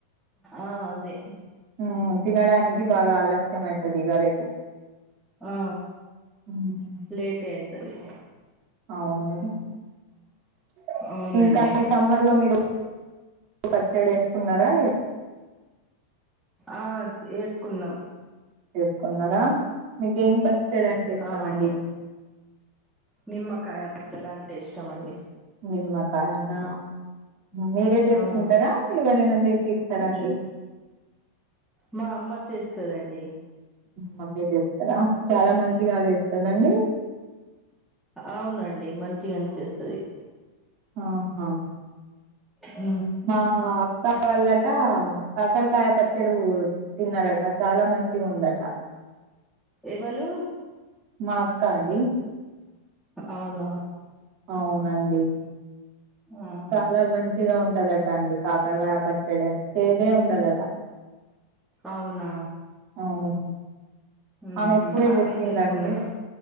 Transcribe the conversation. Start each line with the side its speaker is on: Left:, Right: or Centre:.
Centre: ఆ అదే
Right: హ తినడానికి బాగా ఆలస్యమైతది ఇగ రే
Centre: ఆ
Right: ఉమ్.
Centre: లేేటే అయితది
Right: ఔను <inaudible>
Centre: అవునండి
Right: ఇంకా సమ్మర్ లో మీరు <inaudible> పచ్చడి ఏస్కున్నారా
Centre: ఆ ఏస్కున్నం
Right: చేస్కున్నారా మీకు ఏం పచ్చడంటే ఇష్టమండి
Centre: ఆ అవును నిమ్మకాయ పచ్చడంటే ఇష్టం అండి
Right: నిమ్మకాయనా మీరే చేస్కుంటారా
Centre: ఆ
Right: ఎవరైనా చేసి ఇస్తారా
Centre: కొంచెం
Right: అండి
Centre: మా అమ్మ చేస్తదండి
Right: మమ్మీ చేస్తారా చాలా మంచిగా చేస్తదండి
Centre: ఔనండి మంచిగానే చేస్తది
Right: ఆహా
Centre: ఊ
Right: ఆహా అక్క వాళ్ళట కాకరకాయ పచ్చడు తిన్నారట చాలా మంచిగుందట
Centre: ఎవలు
Right: మా అక్క అండి
Centre: అవునా
Right: ఔనండి
Centre: ఆహా
Right: చాలా మంచిగా ఉంటదట అండి కాకరగాయ పచ్చడ చేదే ఉండదట
Centre: అవునా
Right: అవును
Centre: ఉహు
Right: ఆమె ఇప్పుడే
Centre: ఆమె
Right: జెప్పిందండి
Centre: చేసుకున్నదా